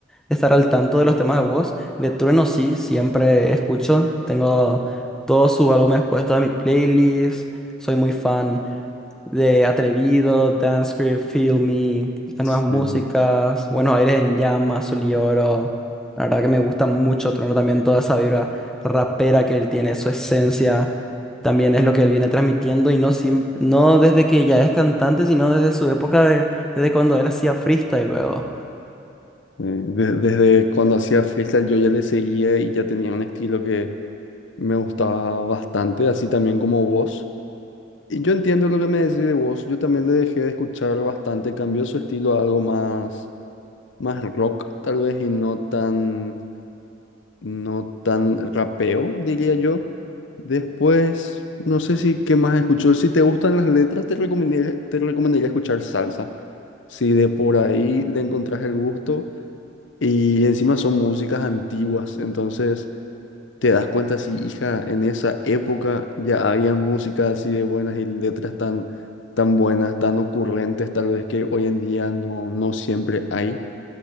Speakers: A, in the centre; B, on the left.
A: estar al tanto de los temas de vos. De Trueno sí, siempre escucho. Tengo todo su álbum después, toda mi playlist. Soy muy fan de Atrevido, Dancecript, Feel Me, las
B: Sí.
A: nuevas músicas, Buenos Aires en Llamas, Sol y Oro. La verdad que me gusta mucho tener también toda esa vibra rapera que él tiene, su esencia, también es lo que él viene transmitiendo y no, siem- no desde que ya es cantante, sino desde su época de, desde cuando él hacía freestyle luego.
B: Eh, de- desde cuando hacía freestyle yo ya le seguía y ya tenía un estilo que me gustaba bastante, así también como Woz. Y yo entiendo lo que me decís de Woz, yo también le dejé de escuchar bastante, cambió su estilo a algo más, más rock tal vez y no tan, no tan rapeo, diría yo. Después, no sé si qué más escuchó, si te gustan las letras te recomendaría, te recomendaría escuchar salsa, si de por ahí le encontrás el gusto. Y encima son músicas antiguas, entonces te das cuenta si, hija, en esa época ya había música así de buenas y letras tan, tan buenas, tan ocurrentes, tal vez que hoy en día no, no siempre hay.